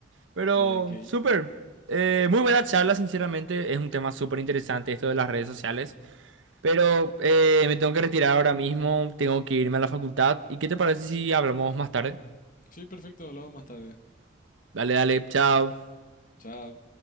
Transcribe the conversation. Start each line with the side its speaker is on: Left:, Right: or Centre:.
Right: Pero,
Left: Ok, ok.
Right: súper. Eh, muy buena charla, sinceramente. Es un tema súper interesante esto de las redes sociales. Pero eh, me tengo que retirar ahora mismo. Tengo que irme a la facultad. ¿Y qué te parece si hablamos más tarde?
Left: Sí, perfecto, hablamos más tarde.
Right: Dale, dale. Chao.
Left: Chao.